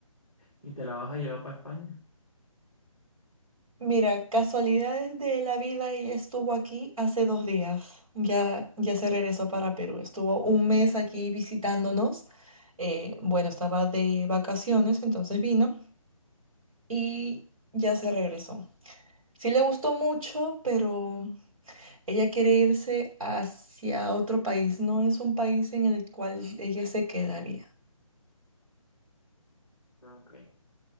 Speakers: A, in the centre; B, on the right.
A: ¿Y te la vas a llevar para España?
B: Mira, casualidades de la vida, ella estuvo aquí hace dos días. Ya, ya se regresó para Perú. Estuvo un mes aquí visitándonos. eh, bueno, estaba de vacaciones, entonces vino y ya se regresó. Sí le gustó mucho, pero ella quiere irse hacia otro país. No es un país en el cual ella se quedaría.
A: Ah, Ok.